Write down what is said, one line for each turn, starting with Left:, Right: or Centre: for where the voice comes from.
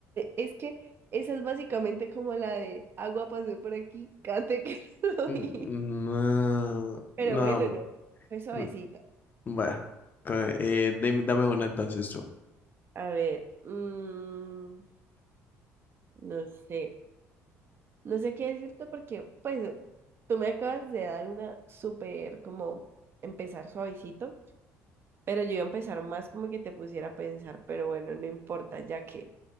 Right: es que esa es básicamente como la de agua pasó por aquí, <laughs> cate que soy.
Left: No,
Right: Pero
Left: no,
Right: bueno, no, fue suavecita.
Left: no. Bueno, ca- eh, dame dame una entonces tú.
Right: A ver, mm, no sé, no sé qué decirte porque, pues, tú me acabas de dar una súper, como, empezar suavecito, pero yo iba a empezar más como que te pusiera a pensar, pero bueno, no importa, ya que,